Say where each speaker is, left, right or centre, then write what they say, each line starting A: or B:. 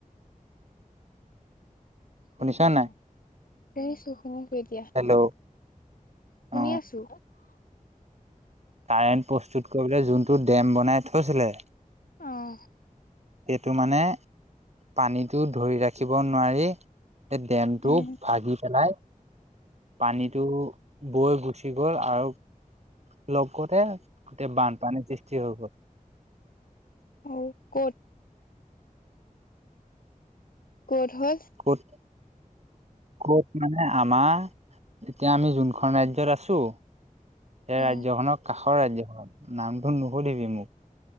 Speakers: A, on the left (about 90°); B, on the right (about 50°).
A: <unintelligible>
B: শুনিছ নাই? হেল্ল'
A: শুনি
B: অ'
A: আছো
B: কাৰেণ্ট প্ৰস্তুত কৰিবলৈ যোনটো ডেম বনাই থৈছিলে
A: অ'।
B: সেইটো মানে পানীটো ধৰি ৰাখিব নোৱাৰি সেই ডেমটো
A: উম
B: ভাগি পেলাই পানীটো বৈ গুচি গ'ল আৰু লগ কৰোতে গোটেই বানপানীৰ সৃষ্টি হৈ গ'ল।
A: অ ক'ত? ক'ত হ'ল?
B: ক'ত ক'ত মানে আমাৰ এতিয়া আমি যোনখন ৰাজ্যত আছো। সেই
A: অ
B: ৰাজ্যখনক কাষৰ ৰাজ্যখন নামটো নুশুধিবি মোক।